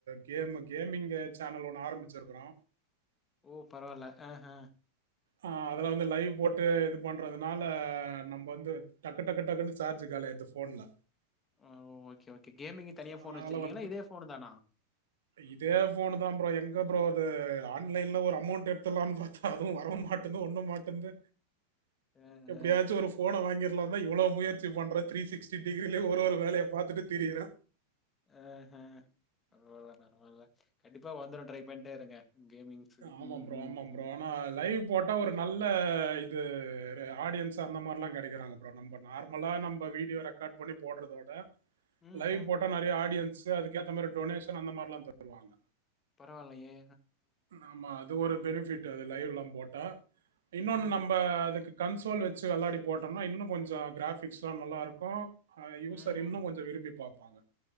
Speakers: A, on the right; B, on the left.
A: கேமு கேமிங்கு சேனல் ஒன்னு ஆரம்பிச்சிருக்குறோ
B: ஓ பரவால்ல ஹ ஆஹ்
A: ஆ அதுல வந்து லைவ் போட்டு இது பண்றதுனால நம்ப வந்து டக்கு டக்கு டக்குன்னு சார்ஜு காலியாயிருது போன்ல
B: ஆஹ் ஓகே ஓக் கே கேமிங் தனியா
A: அதனால
B: போன் வச்சிருக்கீங்களா இதே போனு தானா
A: இதே ஃபோனுதா ப்ரோ எங்க ப்ரோ அது ஆன்லைன்ல ஒரு அமௌண்ட் எடுத்தர்லாம்னு பாத்தா அதுவு வரவு மாட்டேங்கு ஒன்னு மாட்டேங்து
B: ஆ
A: எப்படியாச்சு
B: ஆ
A: ஒரு ஃபோன வாங்கி வ்ளவே எவ்ளோ முயற்சி பண்ற த்ரி சிக்ஸ்டி டிகிரியிலயே ஒரு ஒரு வேலைய பாத்துட்டு திரியிறே
B: அ ஹ அவ்ளோதானா அவ்ளோத கண்டிப்பா வந்துரு ட்ரை பண்ட்டே இருங்க கேமிங்ஸு
A: ஆமாம்
B: ம்
A: ப்ரோ
B: ம்
A: ஆமாம் ப்ரோ
B: ம்
A: ஆனா லைவ் போட்டா ஒரு நல்ல இது ஆடியன்ஸ் அந்த மார்லா கெடைக்கிறாங்க ப்ரோ நம்ப நார்மலா நம்ப வீடியோ ரெக்காட் பண்ணி போட்றதோட
B: ம்ஹும்
A: லைவ் போட்டா நெறையா ஆடியன் ஸ் அதுக்கேத்த மாறி டொனேஷன் அந்த மாரில்லா தருவாங்க
B: பரவால்லயே
A: ஆமா அது ஒரு பெனிபிட்டு அது லைவ்லா போட் டா இன்னொன்னு
B: ஆ
A: நம்ப அதுக்கு கன்சோல் வச்சி வெளாடி போட்டோன்னா இன்னு கொஞ்சோ கிராஃபிக்ஸ்ல்லா நல்லாருக்கு ஆ யுசர்
B: ம்
A: இன்னு கொஞ்சோ விரும்பி பா ப்பாங்க